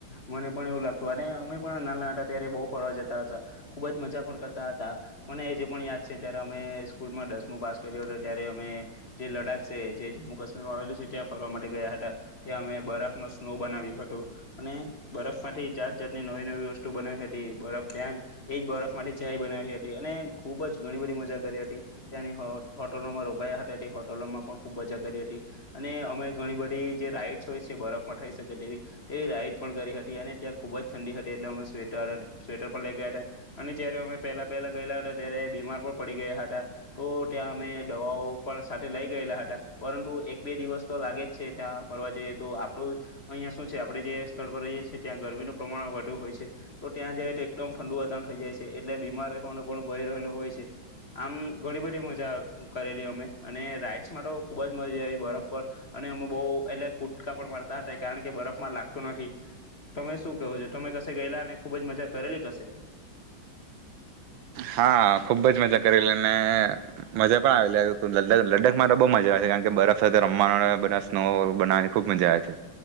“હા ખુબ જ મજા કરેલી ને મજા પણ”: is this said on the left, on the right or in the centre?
Right